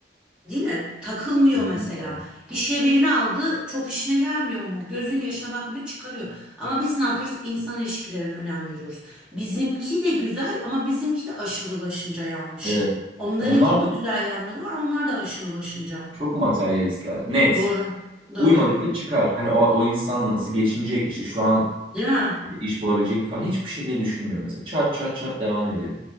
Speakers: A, in the centre; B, on the right.
A: değil mi? Takılmıyor
B: Kesinlikle.
A: mesela. İşe birini aldı, çok işine gelmiyor mu? Gözün yaşına bakmıyor, çıkarıyor. Ama biz ne yapıyoruz? İnsan ilişkilerine önem veriyoruz. Bizimki de güzel ama bizimki de aşırılaşınca yanlış.
B: Evet.
A: Onlarınkinde
B: Onlar da
A: güzel yanları var, onlar da aşırılaşınca.
B: çok materyalistler. Net.
A: Doğru, doğru.
B: Uymadıysa çıkar. Hani o, o insan nasıl geçinecek, işte şu an
A: Değil mi?
B: iş bulabilecek falan hiçbir şekilde düşünmüyor mesela. Çat çat çat devam ediyor.